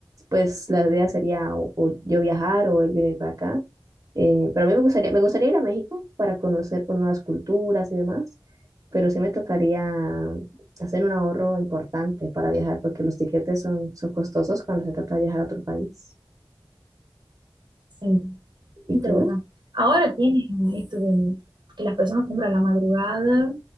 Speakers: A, on the right (about 40°); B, on the right (about 65°).
A: Pues la idea sería o, o yo viajar o él venir para acá. Eh, pero a mí me gustaría, me gustaría ir a México para conocer pues, nuevas culturas y demás, pero sí me tocaría hacer un ahorro importante para viajar porque los tiquetes son, son costosos cuando se trata de viajar a otro país.
B: Sí.
A: ¿Y
B: De
A: tú?
B: verdad. Ahora tiene esto de que las personas compran a la madrugada